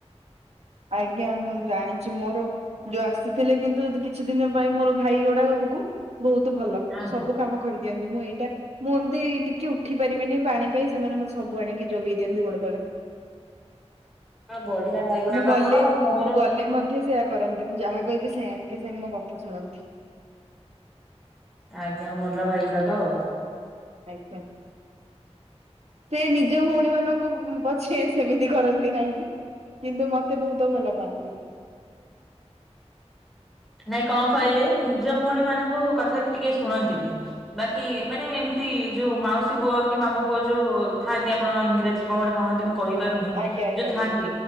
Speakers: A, on the right; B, in the centre.
A: ଆଜ୍ଞା ମୁଁ ଜାଣିଛି ମୋର ଯୋଉ ଆସୁଥିଲେ କିନ୍ତୁ କିଛି ଦିନ ପାଇଁ ମୋର ଭାଇ ଗୋଡା ଘରକୁ ବହୁତ ଭଲ
B: ଆଜ୍ଞା
A: ସବୁ କାମ କରିଦିଅନ୍ତିୁ ମୁଁ ଏଇଟା ମୁଁ ଏମିତି ଟିକେ ଉଠି ପାରିବିନି ପାଣି ପାଇଁ ସେମାନେ ମ ସବୁ ଆଣିକି ଯୋଗେଇ ଦିଅନ୍ତି ଗୋଟେ ତଳେ।
B: ଆ ବଢିଆ ଭାଇ ଗୁଡାକ
A: ମୁଁ ଗଲେ
B: ଆପଣ ମୋର
A: ମୁଁ ଗଲେ ମଧ୍ୟ ସେୟା କରନ୍ତି ମୁଁ ଯାହା କହିବି ସେ ସାଙ୍ଗେ ସାଙ୍ଗେ ମୋ କଥା ଶୁଣନ୍ତି।
B: ଆଜ୍ଞା ଭଲ ଭାଇ ଗୁଡାକ ଆଉ।
A: ଆଜ୍ଞା। ସେ ନିଜ ଭଉଣୀ ମାନଙ୍କୁ ପଛେ ସେମିତି କରନ୍ତି ନାହିଁ। କିନ୍ତୁ ମତେ ବହୁତ ଭଲ ପାଆନ୍ତି।
B: ନାଇଁ କଣ କହିଲେ ନିଜ ଭଉଣୀ ମାନଙ୍କୁ କଥା ଟିକେ ଶୁଣନ୍ତିନି। ବାକି ମାନେ ଏମତି ଯୋଉ ମାଉସୀ ପୁଅ କି ମାମୁ ପୁଅ ଯୋଉ ଥାଆନ୍ତି ଆପଣ ଇଂରାଜରେ କଣ ଗୋଟେ କହନ୍ତି ମୁଁ କହିପାରୁନି
A: ଆଜ୍ଞା ଆଜ୍ଞା
B: ଯୋଉ ଥାଆନ୍ତି
A: ଆଜ୍ଞା